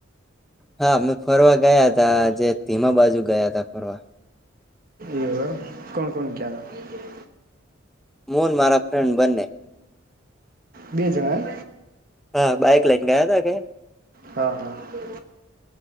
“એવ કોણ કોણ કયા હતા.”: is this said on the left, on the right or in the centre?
Right